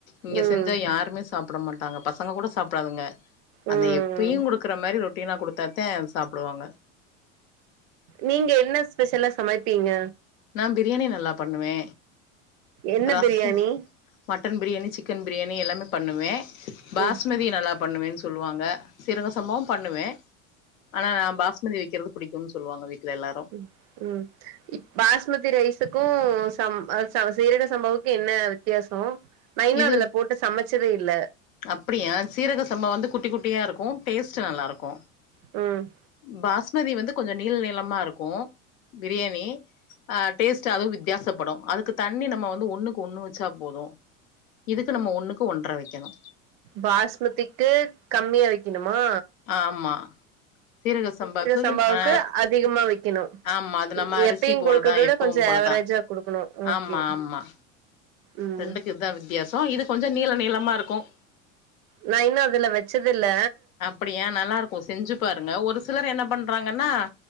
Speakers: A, on the left; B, on the right.
A: இங்க
B: ம்
A: செஞ்சா யாருமே சாப்ட மாட் டாங்க பசங்க கூட சாப்டாதுங்க அந்த
B: ம்
A: எப்பயு குடுக் க்கற மாரி ரொட்டினா குடுத்தா தா சாப்பிடுவாங்க
B: நீங்க என்ன ஸ்பெஷலா சமைப்பீங்க
A: நா பிரியாணி நல்லா பண்ணுவே
B: என்ன
A: ரசோ
B: பிரியாணி
A: மட்டன் பிரியாணி சிக்கன் பிரியாணி எல்லாமே பண்ணுவே பாஸ்மதி
B: ம்
A: நல்லா பண்ணுவேன் சொல்வாங்க சீரக சம்பாவு பண்ணுவே ஆனா நா பாஸ்மதி வெக்கிறது புடிக்குன் சொல்வாங்க வீட்ல எல்லாரு
B: ம் ம் பாஸ்மதி ரைசு கோ சம் அ ச சீரக சம்பாவுக்கு என்ன வித்யாசோ நைனா
A: இது
B: அதுல போட்டு சமச்சதே இல்ல
A: அப்டியா சீரக சம்பா வந்து குட்டி குட்டியா இருக்கு டேஸ்டு நல்லா இருக்கு
B: ம்
A: பாஸ்மதி வந்து கொஞ்சோ நீள நீளமா இருக்கு பிரியாணி ஆ டேஸ்ட் அதும் வித்யாசப்படு அதுக்கு தண்ணி நம்ம வந்து ஒண்ணுக்கு ஒண்ணு வச்சா போது இதுக்கு நம்ம ஒண்ணுக்கு ஒன்ற வெக்கணு
B: பாஸ்மதிக்கு கம்மியா வெக்கணுமா
A: ஆமா சீரகசம்பாக்கு
B: சம்பாவுக்கு
A: ஆ
B: அதிகமா வைக்கணு
A: ஆமா அது நம்ம அரிசி
B: எப்பயு
A: போலதான்
B: குடுக்கறத விட
A: எப் பவும்
B: கொஞ்ச
A: போலதா
B: ஆவரேஜா குடுக்கணு ஓகே
A: ஆமா ஆமா
B: ம்
A: ரெண்டுக்கு இத்தா வித்தியாசம் இது கொஞ்சொ நீள நீளமா இருக்கும்
B: நான் இன்னும் அதுல வெச்சது இல்ல
A: அப்படியா நல்லா இருக்கும் செஞ்சு பாருங்க ஒரு சிலர் என்ன பண்றாங்கன்னா